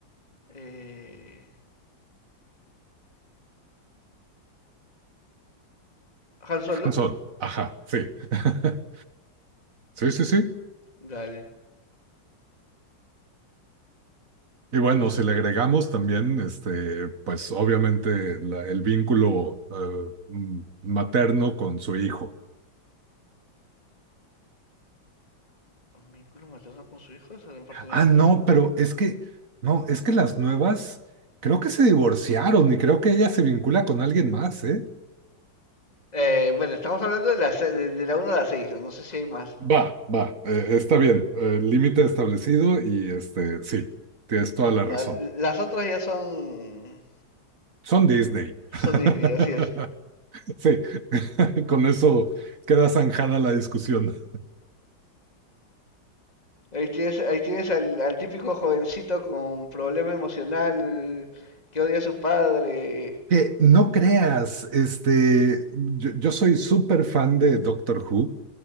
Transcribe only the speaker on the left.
Eh, Han Solo.
Dale.
¿Vínculo materno con su hijo? Esa parte no
me acuerdo.
Eh, bueno, estamos hablando de la, se- de, de la uno a la 6, no sé si hay más.
La- las otras ya son,
son Disney, así es.
Ahí tienes, ahí tienes al, al típico jovencito con problema emocional que odia a su padre.